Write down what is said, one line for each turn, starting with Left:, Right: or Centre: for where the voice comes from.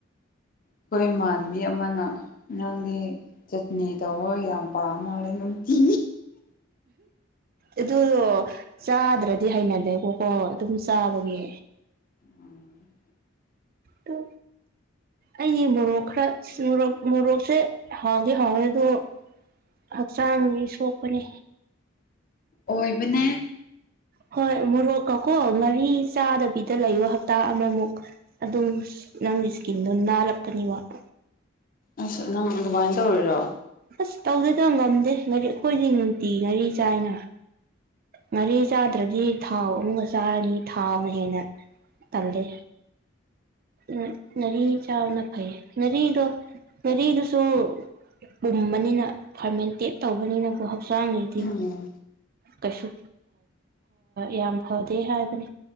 Left: ꯑꯩꯈꯣꯏ ꯏꯃꯥꯟꯕꯤ ꯑꯃꯅ ꯅꯉꯥꯡꯗꯤ ꯆꯠꯅꯤ ꯇꯧꯕ ꯌꯥꯝ ꯄꯥ ꯃꯥꯜꯂꯦ ꯑꯗꯨꯝ ꯊ
Right: ꯑꯗꯨꯗꯣ ꯆꯥꯗ꯭ꯔꯗꯤ ꯍꯩꯅꯗꯦꯀꯣꯀꯣ ꯑꯗꯨꯝ ꯆꯥꯕꯒꯤ
Left: ꯎꯝ
Right: ꯇ ꯑꯩꯗꯤ ꯃꯣꯔꯣꯛ ꯈꯔ ꯃꯣꯔꯣꯛ ꯃꯣꯔꯣꯛꯁꯦ ꯍꯥꯎꯗꯤꯦ ꯍꯥꯎꯋꯦ ꯑꯣ ꯍꯛꯆꯥꯡꯒꯤ ꯁꯣꯛꯄꯅꯦ
Left: ꯑꯣꯏꯕꯅꯦ
Right: ꯍꯣꯏ ꯃꯔ ꯀꯀꯣ ꯂ ꯑꯩ ꯆꯥꯗꯕꯤꯗ ꯂꯩꯌ ꯍꯞꯇꯥ ꯑꯃꯃꯨꯛ ꯑꯗꯨꯝ ꯅꯪꯒꯤ ꯏꯁꯀꯤꯟꯗꯣ ꯅꯥꯜꯔꯛꯀꯅꯦꯕ <unintelligible>
Left: ꯑꯁ ꯅꯪ ꯑꯗꯨꯃꯥꯏꯅ ꯇꯧꯔꯤꯔꯣ
Right: ꯑꯁ ꯇꯧꯗꯗꯧ ꯉꯝꯗꯦ ꯉꯔꯤ ꯑꯩꯈꯣꯏꯗꯤ ꯅꯨꯡꯇꯤ ꯉꯥꯔꯤ ꯆꯥꯏꯅ ꯉꯥꯔꯤ ꯆꯥꯗ꯭ꯔꯗꯤ ꯊꯥꯎ ꯑꯃꯨꯝꯒ ꯆꯥꯔꯅꯤ ꯊꯥꯎꯅ ꯍꯦꯟꯅ ꯇꯗꯦ ꯎ ꯉꯥꯔꯤ ꯆꯥꯎꯅ ꯐꯩ ꯉꯥꯔꯤꯗꯣ ꯉꯥꯔꯤꯗꯨꯁꯨ ꯄꯨꯝꯕꯅꯤꯅ ꯐꯥꯔꯃꯦꯟꯇꯦꯠ ꯇꯧꯕꯅꯤꯅꯀꯣ ꯍꯛꯆꯥꯡꯗꯗꯤ
Left: ꯎꯝ
Right: ꯀꯩꯁꯨ ꯌꯥꯝ ꯐꯗꯦ ꯍꯥꯏꯕꯅꯤ